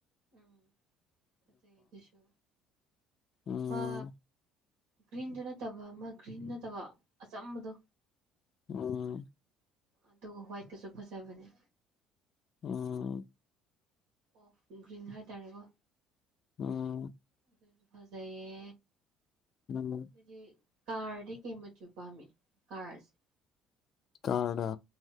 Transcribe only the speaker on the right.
ꯎꯝ ꯐꯖꯩ ꯑꯗꯨꯁꯨ
ꯑꯃ ꯒ꯭ꯔꯤꯟꯖꯨ ꯅꯠꯇꯕ ꯑꯃ ꯒ꯭ꯔꯤꯟ ꯅꯠꯇꯕ ꯑꯆꯝꯕꯗꯣ
ꯑꯗꯨꯒ ꯍꯨꯋꯥꯏꯠꯀꯁꯨ ꯐꯖꯕꯅꯦ
ꯑꯣꯐ ꯒ꯭ꯔꯤꯟ ꯍꯥꯏꯇꯔꯦꯀꯣ
ꯑꯗꯨꯁꯨ ꯐꯖꯩꯌꯦ
ꯑꯩꯗꯤ ꯀꯥꯔꯗꯤ ꯀꯩꯃꯆꯨ ꯄꯥꯝꯃꯤ ꯀꯥꯔꯁ